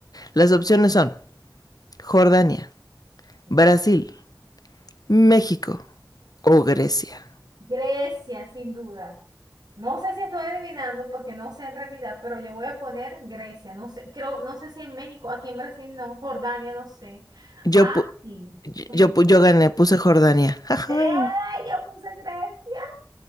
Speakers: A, on the left; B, on the right.
A: Las opciones son Jordania,
B: Ok.
A: Brasil, México o Grecia.
B: Grecia, sin duda. No sé si estoy adivinando porque no sé en realidad, pero yo voy a poner Grecia, no sé, creo, no sé si en México, aquí en Brasil no, Jordania, no sé. Ay,
A: Yo, pu- yo,
B: complicado.
A: yo pu- yo gané, puse Jordania. Ajay.
B: ¡Eh! Yo puse Grecia.